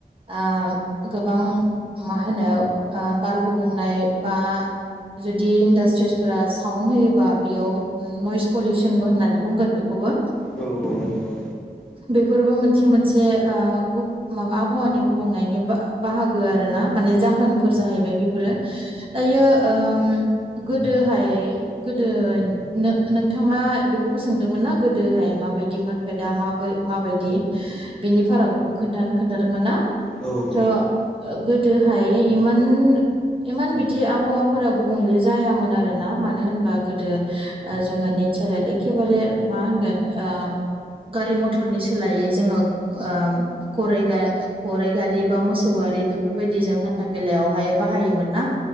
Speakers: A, on the right; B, in the centre.
A: ओ गोबां मा होनो अ बार गुबुंनाय बा जुदि इन्डास्ट्रिसफोरा साउन्दड होयो बा बेयाव नयस पलिउसनबो होननानै बुंगोन बेखौबो
B: औ औ नंगौ औ
A: बेफोरबो मोनसे मोन मोनसे ओ गु माबा आबहावानि गुबुंनायनि बा-बाहागो आरोना माने जाहोनफोर जाहै बेफोरो दायो ओम गोदोहाय गोदो नो-नोंथाङा बेखौबो सोंदोंमोन ना गोदोहाय माबायदिमोन ओमफ्राय दा माबा माबायदि बिनि फारागखौबो खोनथानो खोन्थादोंमोन ना
B: औ नंगौ
A: थ गोदो हाय इमान इमान बिदि आबहावाफोरा गुबुंले जायामोन आर ना मानो होन बा गोदो जोङो नेचारेल एखेबारे मा होनगोन ओ गारि मथरनि सोलायै जोङो ओम गराइ गारि बा मोसौ गारि बेफोरबायदि जों हान्था मेलायावहाय बाहायोमोन ना